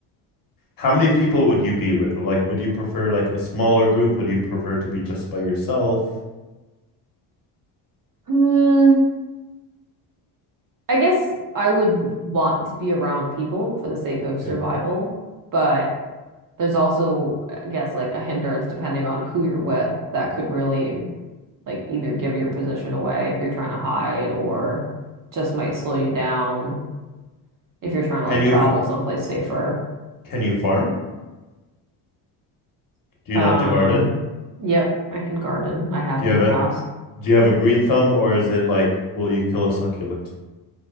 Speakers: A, on the left; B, on the right.
A: how many people would you be with? Like would you prefer like a smaller group? Would you prefer to be just by yourself?
B: Hmm. I guess I would want to be around people for the sake of survival,
A: Yeah.
B: but there's also, I guess, like a hindrance depending on who you're with that could really like either give your position away if you're trying to hide or just might slow you down if you're trying to
A: Can
B: like
A: you
B: travel
A: fa-
B: someplace safer.
A: can you farm? Do you
B: Um,
A: know how to garden?
B: yep, I can garden. I have
A: Do
B: in
A: you have
B: the past.
A: a do you have a green thumb or is it like will you kill a succulent?